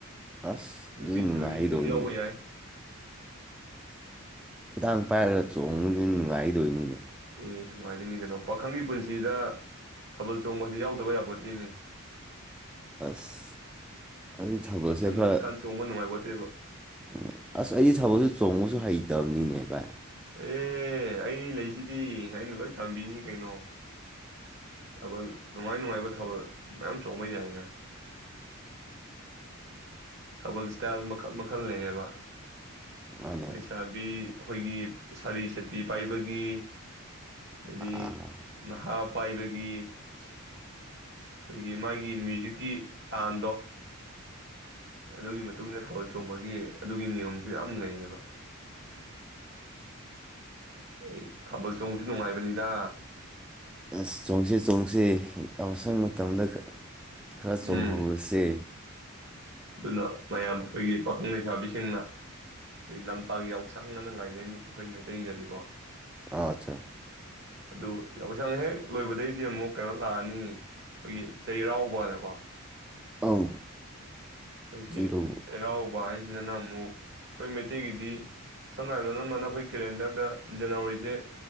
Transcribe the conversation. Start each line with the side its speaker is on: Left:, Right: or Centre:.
Centre: ꯑꯁ
Right: ꯅꯨꯄꯤ
Centre: ꯑꯗꯨꯗꯤ ꯅꯨꯡꯉꯥꯏꯗꯣꯏꯅꯤꯅꯦ
Right: ꯊꯤꯕ ꯃꯤꯁꯨ ꯑꯗꯨꯝ ꯌꯥꯎꯕ ꯌꯥꯏ
Centre: ꯐꯗꯥꯥꯡ ꯄꯥꯏꯔꯒ ꯆꯣꯡꯉꯗꯤ ꯅꯨꯡꯉꯥꯏꯗꯣꯏꯅꯤꯅꯦ
Right: ꯎꯝ ꯅꯨꯡꯉꯥꯏꯗꯣꯏꯅꯤ ꯀꯩꯅꯣ ꯄꯥꯈꯪꯒꯤ ꯄꯨꯟꯁꯤꯗ ꯊꯥꯕꯜ ꯆꯣꯡꯕꯁ ꯌꯥꯎꯗꯕ ꯌꯥꯄꯣꯠꯇꯤꯅꯤ
Centre: ꯑꯁ ꯑꯩ ꯊꯥꯕꯜꯁꯦ
Right: ꯍꯟꯅꯨꯔꯀꯥꯟ
Centre: ꯈꯔ
Right: ꯆꯣꯡꯕ ꯅꯨꯡꯉꯥꯏꯄꯣꯠꯇꯦꯕ
Centre: ꯎ ꯑꯁ ꯑꯩꯒꯤ ꯊꯥꯕꯜꯁꯦ ꯆꯣꯡꯉꯨꯁꯨ ꯍꯩꯇꯕꯅꯤꯅꯦ ꯚꯥꯏ
Right: ꯑꯦ ꯑꯩ ꯂꯩꯁꯤꯗꯤ ꯑꯩꯅ ꯂꯣꯏ ꯇꯝꯕꯤꯅꯤ ꯀꯩꯅꯣ ꯊꯥꯕꯜ ꯅꯨꯡꯉꯥꯏ ꯅꯨꯡꯉꯥꯏꯕ ꯊꯥꯕꯜ ꯃꯌꯥꯝ ꯆꯣꯡꯕ ꯌꯥꯏꯅꯦ ꯊꯥꯕꯜ ꯏꯁꯇꯥꯏꯜ ꯃꯈꯜ ꯃꯈꯜ ꯂꯩꯌꯦꯕ
Centre: ꯃꯥꯅꯦ
Right: ꯑꯩꯁꯥꯕꯤ ꯑꯩꯈꯣꯏꯒꯤ ꯁꯥꯔꯤ ꯁꯠꯄꯤ ꯄꯥꯏꯕꯒꯤ ꯍꯥꯏꯗꯤ
Centre: ꯑꯥ
Right: ꯅꯍꯥ ꯄꯥꯏꯕꯒꯤ ꯑꯩꯈꯣꯏꯒꯤ ꯃꯥꯒꯤ ꯃ꯭ꯌꯨꯖꯤꯛꯀꯤ ꯇꯥꯟꯗꯣ ꯑꯗꯨꯒꯤ ꯃꯇꯨꯡꯟꯅ ꯊꯥꯕꯜ ꯆꯣꯡꯕꯒꯤ ꯑꯗꯨꯒꯤ ꯅꯤꯌꯣꯝꯁꯨ ꯌꯥꯝ ꯂꯩꯌꯦꯕ ꯑꯩ ꯊꯥꯕꯜ ꯆꯣꯡꯕꯁꯨ ꯅꯨꯡꯉꯥꯏꯕꯅꯤꯗ
Centre: ꯑꯁ ꯆꯣꯡꯁꯤ ꯆꯣꯡꯁꯤ ꯑꯧꯁꯪ ꯃꯇꯝꯗ ꯈꯔ ꯆꯣꯡꯍꯧꯔꯁꯦ
Right: ꯎꯝ ꯑꯗꯨꯅ ꯃꯌꯥꯝ ꯑꯩꯈꯣꯏꯒꯤ ꯄꯥꯈꯪ ꯂꯩꯁꯥꯕꯤꯁꯤꯡꯅ ꯑꯩꯈꯣꯏ ꯂꯝꯇꯥꯒꯤ ꯌꯥꯎꯁꯪꯅꯅ ꯉꯥꯏꯅꯔꯤꯅꯤ ꯃꯈꯣꯏ ꯃꯩꯇꯩꯗꯗꯤꯀꯣ
Centre: ꯑꯆꯥ
Right: ꯑꯗꯨ ꯌꯥꯎꯁꯪ ꯍꯦꯛ ꯂꯣꯏꯕꯗꯩꯗꯤ ꯑꯃꯨꯛ ꯀꯩꯅꯣ ꯂꯥꯛꯑꯅꯤ ꯑꯩꯈꯣꯏꯒꯤ ꯆꯩꯔꯥꯎꯕꯅꯀꯣ
Centre: ꯑꯧ
Right: ꯑꯩꯈꯣꯏꯒꯤ
Centre: ꯆꯤꯔꯨ
Right: ꯆꯩꯔꯥꯎꯕ ꯍꯥꯏꯁꯤ ꯁꯤꯗꯅ ꯑꯃꯨꯛ ꯑꯩꯈꯣꯏ ꯃꯩꯇꯩꯒꯤꯗꯤ ꯁꯝꯅ ꯍꯥꯏꯔꯕꯗ ꯅꯝꯕꯅ ꯑꯩꯈꯣꯏ ꯀꯦꯂꯦꯟꯗꯔꯗ ꯖꯅꯋꯥꯔꯤꯁꯦ